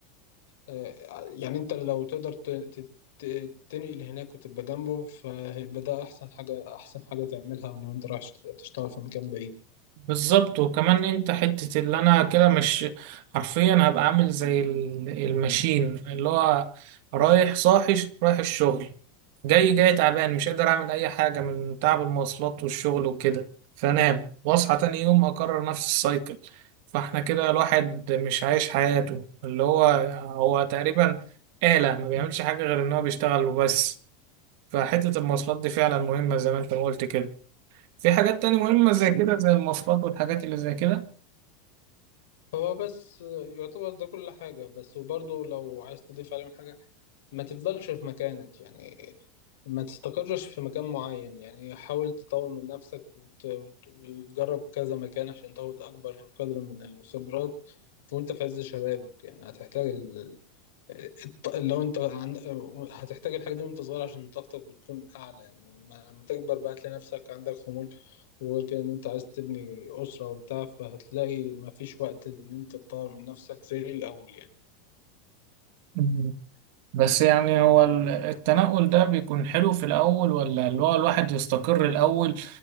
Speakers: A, on the left; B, on the right.
A: آه، يعني انت لو تقدر ت- ت- ت- تنقل هناك وتبقى جنبه فهيبقى ده احسن حاجة احسن حاجة تعملها ولو انت رايح تشتغل في مكان بعيد
B: بالظبط وكمان انت حتة اللي انا كده مش حرفيا هبقى عامل زي ال- الماشين اللي هو رايح صاحي ش- رايح الشغل جاي جاي تعبان مش قادر اعمل اي حاجة من تعب المواصلات والشغل وكده فانام واصحى تاني يوم اكرر نفس السايكل فاحنا كده الواحد مش عايش حياته اللي هو هو تقريبا آلة ما بيعملش حاجة غير ان هو بيشتغل وبس فحتة المواصلات دي فعلا مهمة زي ما انت ما قلت كده في حاجات تانية مهمة زي كده زي المواصلات والحاجات اللي زي كده
A: هو بس آه، يعتبر ده كل حاجة بس وبرضه لو عايز تضيف عليهم حاجة ما تفضلش في مكانك يعني ما تستقرش في مكان معين يعني حاول تطور من نفسك وت- وت- وتجرب كذا مكان عشان تاخد أكبر قدر من الخبرات وأنت في عز شبابك يعني هتحتاج ال... الط- لو أنت عن... هتحتاج الحاجة دي وأنت صغير عشان طاقتك بتكون أعلى يعني ما- لما تكبر بقى هتلاقي نفسك عندك خمول وغير كده إن أنت عايز تبني أسرة وبتاع فهتلاقي مفيش وقت إن أنت تطور من نفسك زي الأول يعني
B: مم. بس يعني هو ال- التنقل ده بيكون حلو في الأول ولا اللي هو الواحد يستقر الأول